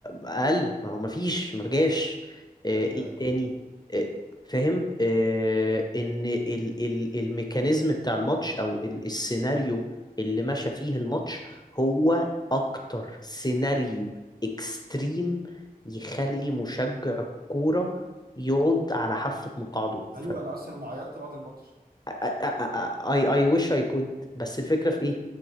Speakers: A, on the left; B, on the right.
A: اقل ما هو ما فيش ما جاش آه،
B: ايوه
A: ايه
B: ايوه
A: تاني آه، فاهم آه، ان ال ال الميكانيزم بتاع الماتش او ال السيناريو اللي مشى فيه الماتش هو اكتر سيناريو اكستريم يخلي مشجع الكورة يقعد على حافة مقعده ف
B: ايوه انا اصلا انا عيطت بعد الماتش
A: I I I I wish I could بس الفكرة في ايه